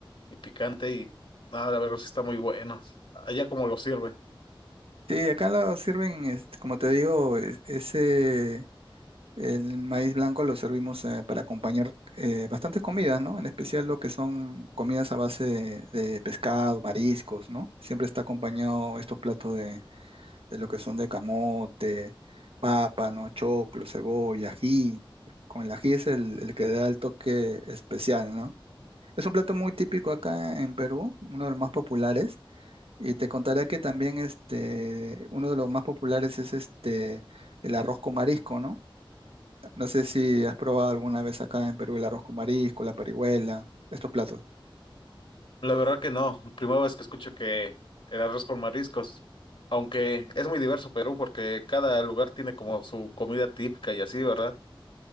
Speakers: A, on the left (about 70°); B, on the right (about 85°).
A: y picante, y nada, la verdad sí está muy buenos. Allá como los sirven.
B: Sí, acá lo sirven, este, como te digo, es- ese, el maíz blanco lo servimos eh, para acompañar eh, bastantes comidas, ¿no? En especial lo que son comidas a base de, de pescado, mariscos, ¿no? Siempre está acompañado estos platos de lo que son de camote, papa, ¿no? Choclo, cebolla, ají. Con el ají es el, el que da el toque especial, ¿no? Es un plato muy típico acá en Perú, uno de los más populares. Y te contaré que también este, uno de los más populares es este, el arroz con marisco, ¿no? No sé si has probado alguna vez acá en Perú el arroz con marisco, la parihuela, estos platos.
A: La verdad que no, primera vez que escucho que el arroz con mariscos, aunque es muy diverso Perú porque cada lugar tiene como su comida típica y así, ¿verdad?